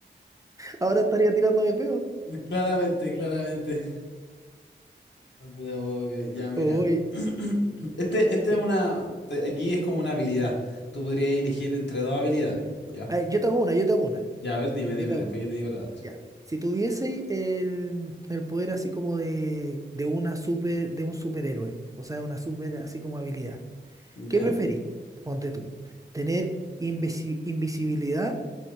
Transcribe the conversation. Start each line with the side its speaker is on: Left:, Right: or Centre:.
Right: Ahora estaría tirándome pedo.
Left: Claramente, claramente. No te la puedo creer. Ya, mira.
Right: Oye,
Left: <clears throat> Este, este
Right: eh,
Left: es una. te- Aquí es como una habilidad. Tú podrías elegir entre dos habilidades. ¿Ya?
Right: ay, yo te hago una, yo te hago una,
Left: Ya, a ver, dime,
Right: yo
Left: dime.
Right: te hago
Left: Después
Right: una.
Left: yo te digo la otra.
Right: Ya. Si tuviese el, el poder así como de, de una super, de un superhéroe, o sea, una super así como habilidad,
Left: ¿Ya?
Right: ¿qué preferís? Ponte tú, tener invisi- invisibilidad,